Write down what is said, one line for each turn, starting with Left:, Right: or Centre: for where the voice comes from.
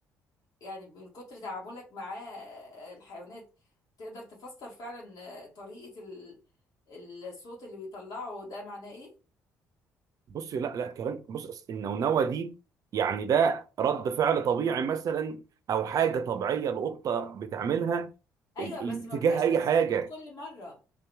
Left: يعني من كتر تعاملك مع آه، الحيوانات تقدر تفسر فعلا آه، طريقة ال- الصوت اللي بيطلعه ده معناه ايه
Right: بصي لا لا كلام بص أصل النونوه دي يعني ده رد فعل طبيعي مثلا او حاجه طبيعيه القطه بتعملها
Left: ايوه بس ما
Right: تجاه
Left: بيبقاش
Right: اي
Left: نفس
Right: حاجه
Left: الصوت كل مرة